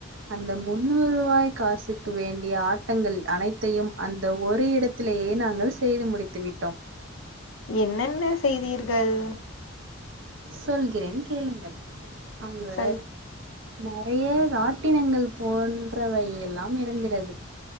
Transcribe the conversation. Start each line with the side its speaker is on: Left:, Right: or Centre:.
Right: அந்த முன்னூறுவாய் காசுக்கு வேண்டிய ஆட்டங்கள் அனைத்தையும் அந்த ஒரு இடத் த்திலயே நாங்கள் செய்து முடித்து விட்டோம்
Left: என்னென்ன செய்தீர்கள்
Right: சொல்கிறேன் கேளுங்கள் அங்கு
Left: சொல்
Right: நறைய ராட்டினங்கள் போன்றவை எல்லாம் இருந்துறது